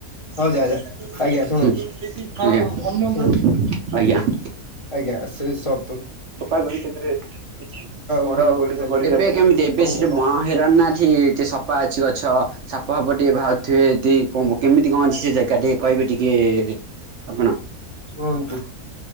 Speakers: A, on the left; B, on the right.
A: ହଉ
B: ଆଜ୍ଞା
A: ଯା ଯା ଶୁଣନ୍ତୁ
B: ଆଜ୍ଞା।
A: ଶୁଣନ୍ତୁ ଆଜ୍ଞା ସେଇ ସ
B: <unintelligible> ଟିକେ ସଫା ଅଛି
A: ଗୁଡିକ
B: ଗଛ
A: କରିସାରିଲେଣି
B: ସାପ‌ ଫାପ
A: ଏବଂ
B: ଟିକେ ବାହାରୁଥିବେ ଯଦି। କୁଅମ କେମିତି କଣ ଅଛି ସେ ଜାଗା ଟିକେ କହିବେ ଟିକେ ଆପଣ?
A: ରୁହନ୍ତୁ।